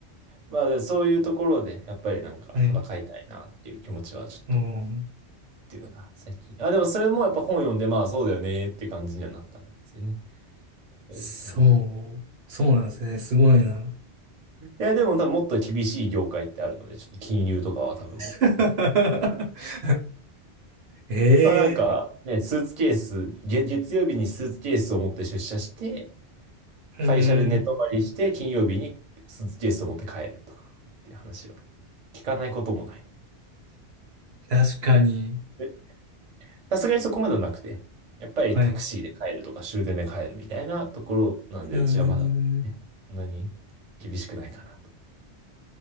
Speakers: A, on the right (about 40°); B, on the right (about 65°).
A: まあで、そういうところで、やっぱりなんか戦いたいなっていう気持ちはちょっと、
B: あ <laughs> はい。うん。
A: っていうのが最近。あ、でもそれもやっぱ本読んで、まあそうだよねっていう感じにはなったんですよね。やっぱりその、
B: そう、そうなんですね。すごいな。
A: いや、でも多分もっと厳しい業界ってあるので、ちょっと金融とかは多分もっ
B: <laughs> ええ
A: まあなんか、ね、スーツケース、月、月曜日にスーツケースを持って出社して、
B: うん。
A: 会社で寝泊まりして、金曜日にスーツケースを持って帰るとか、っていう話は聞かないこともない。
B: 確かに。
A: えさすがにそこまではなくて、やっぱりタクシーで帰るとか終電で帰るみたいなところなんで、
B: はい。うん。
A: うちはまだ、ね、そんなに厳しくないかな